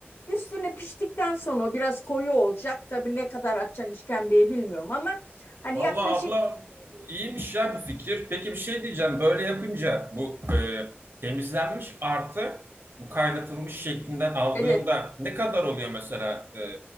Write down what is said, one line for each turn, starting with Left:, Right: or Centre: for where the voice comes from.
Left: Üstüne piştikten sonra o biraz koyu olacak. Tabii ne kadar açacaksın işkembeyi bilmiyorum ama hani
Right: Vallahi
Left: yaklaşık
Right: abla iyiymiş ya bu fikir. Peki bir şey diyeceğim. Böyle yapınca bu e, temizlenmiş artı bu kaynatılmış şeklinden aldığımda
Left: evet
Right: ne kadar oluyor mesela? E,